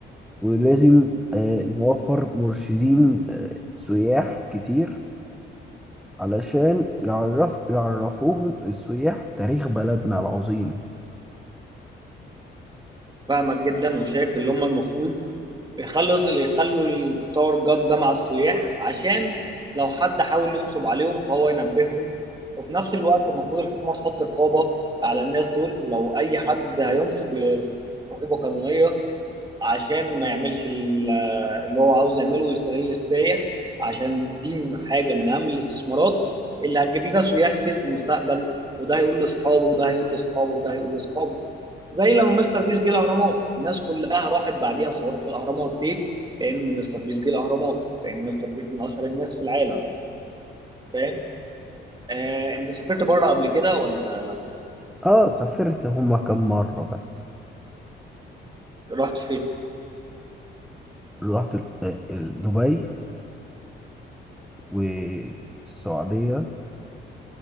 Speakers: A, in the centre; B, on the right (about 20°).
A: ولازم آه، نوفر مرشدين آه، سياح كتير علشان يعرف يعرفوهم السياح تاريخ بلدنا العظيم
B: فاهمك جدا وشايف اللي هم المفروض يخلص اللي يخلوا التور جاد ده مع السياح عشان لو حد حاول ينصب عليهم فهو ينبههم وفي نفس الوقت المفروض الحكومة تحط رقابة على الناس دول ولو أي حد هينصب يرفع عقوبة قانونية عشان ما يعملش ال- اللي هو عاوز يعمله ويستغل السياح عشان دي م- حاجة من أهم الاستثمارات اللي هتجيب لنا سياح كتير في المستقبل وده هيقول لأصحابه وده هيقول لأصحابه وده هيقول لأصحابه زي لما مستر بيس جه الأهرامات الناس كلها راحت بعديها وصورت في الأهرامات ليه؟ لأن مستر بيس جه الأهرامات لأن مستر بيس من أشهر الناس في العالم فاهم؟ آه، أنت سافرت بره قبل كده ولا لأ؟
A: آه سافرت هما كم مرة بس
B: رحت فين؟
A: رحت ال- آه، ال- دبي والسعودية